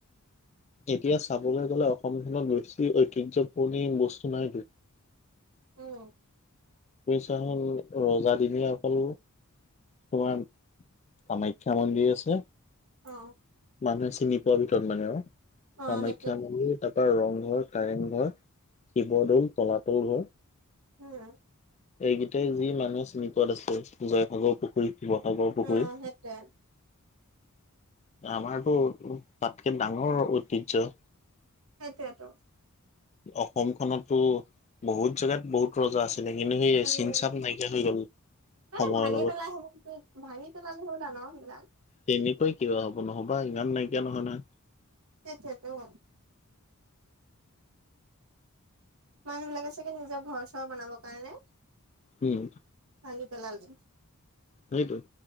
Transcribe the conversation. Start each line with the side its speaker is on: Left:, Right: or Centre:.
Left: এতিয়া চাবলৈ গ'লে অসমখনত বেছি ঐতিহ্য পূৰ্ণি বস্তু নাইতো।
Right: অ'।
Left: পইছা হ'ল, ৰজাদিনীয়া অকল তোমাৰ কামাখ্যা মন্দিৰ আছে।
Right: অ
Left: মানুহে চিনি পোৱাৰ ভিতৰত মানে অ',
Right: অ
Left: কামাখ্যা
Right: সেইটোৱে
Left: মন্দিৰ তাৰ পৰা ৰংঘৰ, কাৰেং ঘৰ, শিৱদৌল তলাতল ঘৰ
Right: উম।
Left: এইকেইটাই যি মানুহে চিনি পোৱাত আছে, জয়সাগৰ পুখুৰী। শিৱসাগৰ পুখুৰী।
Right: অ সেইটোৱে
Left: আমাৰতো, তাতকে ডাঙৰ ঐতিয্য।
Right: সেইটোৱেটো।
Left: অসমখনতটো বহুত জেগাত, বহুত ৰজা আছে।
Right: উম,
Left: চিন চাপ নাইকিয়া হৈ গ'ল।
Right: মানে
Left: সময়ৰ
Right: ভাঙি
Left: লগত
Right: পেলাই, ভাঙি পেলালে হ'লা ন সেইিবিলক। <unintelligible>
Left: তেনেকৈ কিবা হ'ব, নহবা ইমান নাইকিয়া নহয় নহয়।
Right: সেইেটোৱেটো। মানুহবিলাকে চাগে, নিজৰ ঘৰ-চৰ বনাবৰ কাৰণে
Left: উম,
Right: ভাঙি পেলালে।
Left: সেইটোৱেটো।।